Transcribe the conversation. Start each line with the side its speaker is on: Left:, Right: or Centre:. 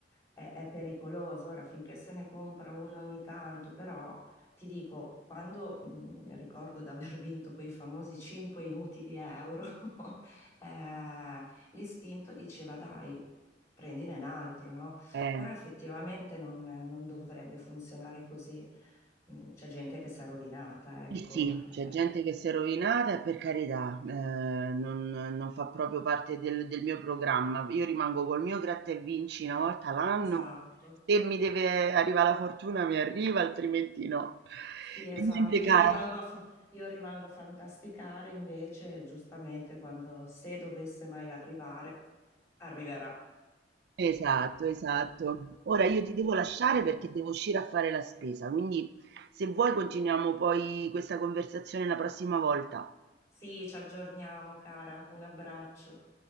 Left: è- è pericoloso, ora finché se ne compra uno ogni tanto, però ti dico, quando mh, ricordo di aver vinto quei famosi 5 inutili euro, <laughs> Eh, l'istinto diceva dai, prendine un altro, no?
Right: eh.
Left: Però effettivamente non, non dovrebbe funzionare così. Mm, C'è gente che si è rovinata, ecco.
Right: Sì, sì,
Left: eh,
Right: c'è gente che si è rovinata e per carità, eh, non, non fa proprio parte del, del mio programma. Io rimango col mio gratta e vinci una volta l'anno.
Left: esatto.
Right: Se mi deve arrivare la fortuna mi arriva, altrimenti no.
Left: Sì, esatto.
Right: E niente, cara.
Left: Io rimango a, fa- io rimango a fantasticare invece, giustamente, quando se dovesse mai arrivare, arriverà.
Right: Esatto, esatto. Ora io ti devo lasciare perché devo uscire a fare la spesa, quindi se vuoi continuiamo poi questa conversazione la prossima volta.
Left: Sì, ci aggiorniamo, cara. Un abbraccio.